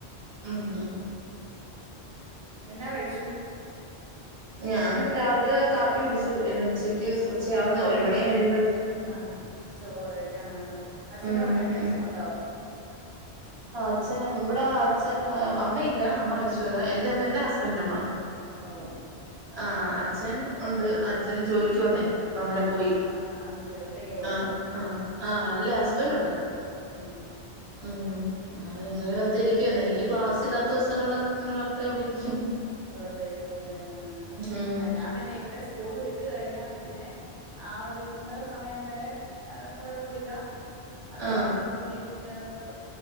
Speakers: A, on the right; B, on the right.
A: ആഹഹാ.
B: എന്നാ കഴിച്ചു?
A: ഞാൻ രാവിലെ കാപ്പി കുടിച്ചു ഇനി ഉച്ചയ്ക്ക് ഉച്ചയാവുന്ന ഒരു മണി കഴിയു
B: ആഹ് ചോറ് കഴിക്ക ആ അച്ഛനും
A: ഉം
B: അമ്മയൊക്കെ
A: ഉം
B: ഒണ്ടൊ?
A: അച്ഛനം ഇവിടെ അച്ഛൻ അമ്മയില്ല അമ്മ മരിച്ചുപോയതാ എന്റെ അമ്മ എന്റെ ഹസ്ബൻഡെ അമ്മ.
B: ഓ
A: ആഹ് അച്ഛൻ ഒണ്ട് അച്ഛനും ജോലിക്ക് പോന്നയ. പ്പ അങ്ങനെ പോയി
B: ആഹ് പോയി ഒറ്റക്കേ
A: ആഹ് ആ ആഹ് അല്ല ഹസ് ബന്റോണ്ട്.
B: ആ.
A: ഉം അങ്ങനെ ങ്ങനെ വെറുതെ ഇരിക്കുവാന്ന് എനിക്ക് ക്ലാസില്ലാത്ത ദിവസങ്ങളിലൊക്കെ ഇങ്ങനെ വെറുതെവിടിരിക്കും.
B: വെറുതെയിരിക്കുംല്ലേ ആ
A: ഉം
B: ആ ഞാൻ പിന്നെ ഇവരെ സ്കൂള് വിട്ട് കഴിഞ്ഞാ പിന്നെ ആ ഒരു മൂന്നര സമയം വരെ കൊഴപ്പഇല്ല. അത്യാവശ്യം
A: ആഹ്
B: ജോലിം പിന്നെ നമുക്ക്